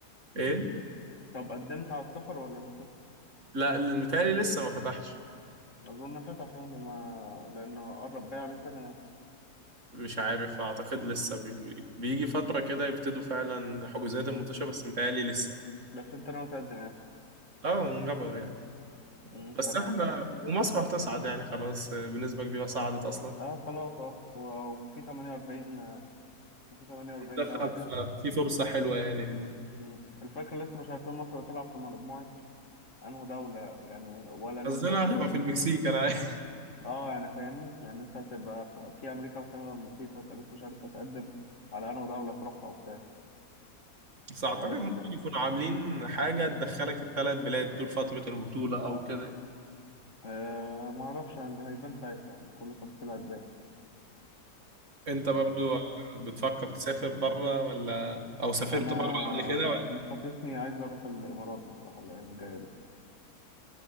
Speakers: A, on the right (about 45°); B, on the left (about 45°).
A: ايه
B: طب قدمت على السفر ولا لسه
A: لا المتهيألي لسه ما فتحش
B: أظن فتح يعني ما لأنه قرب بقى عليه سنة يعني
A: مش عارف اعتقد لسه بي- بي- بيجي فترة
B: مم.
A: كده يبتدوا فعلا حجوزات الماتشة بس متهيألي لسه
B: بس أنت ناوي تقدم يعني
A: اه نجرب يعني
B: مم،
A: بس
B: تمام
A: احنا ومصر هتصعد يعني خلاص بنسبة كبيرة صعدت اصلا
B: أه خلاص أه و- وفي 48 وفي 48
A: منتخب
B: دولة يعني
A: ففي فرصة حلوة يعني انه
B: مم. الفكرة لسه مش عارفين مصر هتلعب في مجموعة أنه دولة يعني ولا
A: حظنا
B: لسه فين
A: هتبقى في المكسيك انا عارف.
B: أه يعني فاهمني يعني أنت هتبقى ف- في أمريكا وكندا والمكسيك فأنت لسه مش عارف هتقدم على أنه دولة تروحها وبتاع
A: بس اعتقد
B: فلسه
A: ممكن يكونوا عاملين حاجة تدخلك الثلاث بلاد طول فترة البطولة او كده
B: أه معرفش هن- هيبان ساعتها يعني كل التفاصيل هتبان
A: انت برضو بتفكر تسافر بره ولا او سافرت
B: انا
A: بره قبل كده ولا
B: انا حاسسني عايز اروح الامارات بصراحه الايام الجايه دي